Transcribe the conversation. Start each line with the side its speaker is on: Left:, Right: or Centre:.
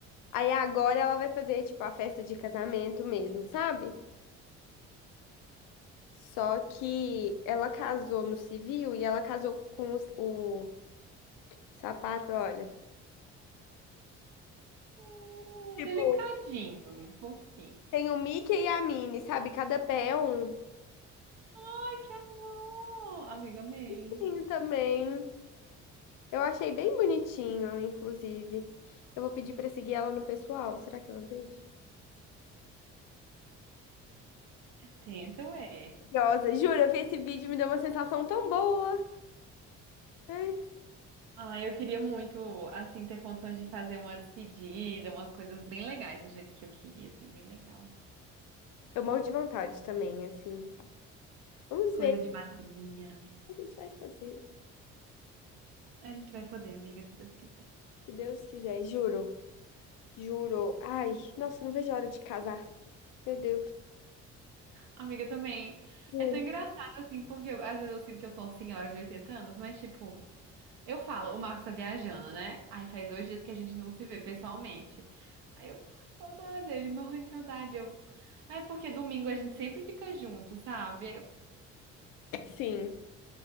Left: Aí agora ela vai fazer, tipo, a festa de casamento mesmo, sabe? Só que ela casou no civil e ela casou com os- o, sapato, olha.
Right: Ah,
Left: Tipo,
Right: delicadinho, fofinho.
Left: tem o Mickey e a Minnie, sabe? Cada pé é um.
Right: Ai, que amor! Amiga, amei.
Left: Sim, também. Eu achei bem bonitinho, inclusive. Eu vou pedir pra seguir ela no pessoal. Será que ela deixa?
Right: Tento é.
Left: Curiosa, juro, eu vi esse vídeo e me deu uma sensação tão boa. Ai,
Right: Ah, eu queria muito, assim, ter condições de fazer uma despedida, umas coisas bem legais do jeito que eu queria, assim, bem legal.
Left: eu morro de vontade também, assim. Vamos
Right: Coisa
Left: ver
Right: de madrinha.
Left: o que a gente vai fazer,
Right: A gente vai poder, amiga, se Deus quiser.
Left: se Deus quiser, juro. Juro. Ai, nossa, não vejo a hora de casar. Meu Deus.
Right: Amiga, também.
Left: Juro.
Right: É tão engraçado, assim, porque eu- às vezes eu sinto que eu sou uma senhora de 80 anos, mas, tipo, eu falo, o Marcos tá viajando, né? Aí faz dois dias que a gente não se vê pessoalmente. Aí eu, "Ai, saudade, ele morrendo de saudade. Eu, aí porque domingo a gente sempre fica junto, sabe? Eu,
Left: Sim,